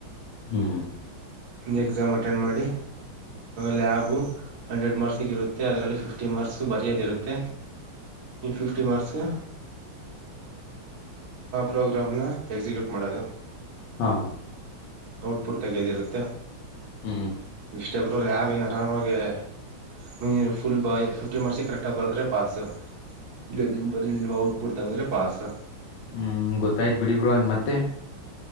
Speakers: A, on the left; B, on the right.
A: ಹ್ಮ್.
B: ಎಕ್ಸಾಮ್ ಅಟೆಂಡ್ ಮಾಡಿ ಲ್ಯಾಬ ಹಂಡ್ರೆಡ್ ಮಾರ್ಕ್ಸ್. ಸಿಗರುತ್ತೆ ಅದರಲ್ಲಿ ಫಿಫ್ಟಿ ಮಾರ್ಕ್ಸ್ ಬರೋದಿ ಇರುತ್ತೆ ಫಿಫ್ಟಿ ಮಾರ್ಕ್ಸ್ ಪ್ರೋಗ್ರಾಮ್ನ ಎಕ್ಸಿಕ್ಯೂಟ್ ಮಾಡೋದು.
A: ಹಾ.
B: ಔಟ್ಪುಟ್ ತೆಗೆದಿರುತ್ತೆ
A: ಹ್ಮ್ ಹ್ಮ
B: ಇಷ್ಟೊಬ್ಬರು ಲ್ಯಾಬ ಏನ್ ಆರಾಮಾಗೆ ಮ ಫುಲ್ ಬ ಫಿಫ್ಟಿ ಮಾರ್ಕ್ಸ್ ಕರೆಕ್ಟ್ ಆಗ ಬರದ್ರೆ ಪಸ್ ಇ ಬ ಔಟ್ ಪುಡ್ ತಗದ್ರೆ ಪಸ್
A: ಹ್ಮ್ ಗೊತ್ತಾಯ್ತ್ ಬಿಡಿ ಬ್ರೋ ಮತ್ತೆ